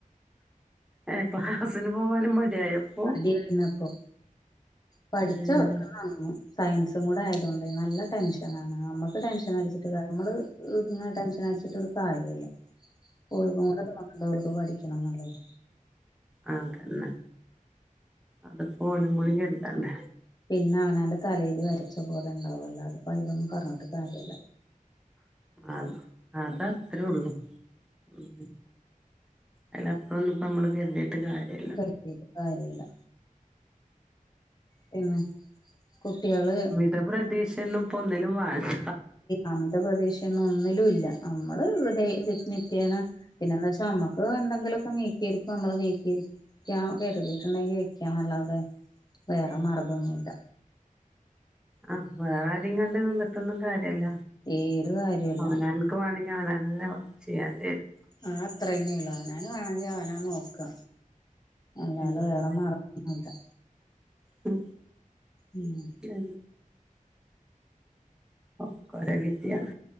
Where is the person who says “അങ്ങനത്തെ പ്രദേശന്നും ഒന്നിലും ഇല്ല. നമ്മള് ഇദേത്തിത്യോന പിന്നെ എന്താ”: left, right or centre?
Left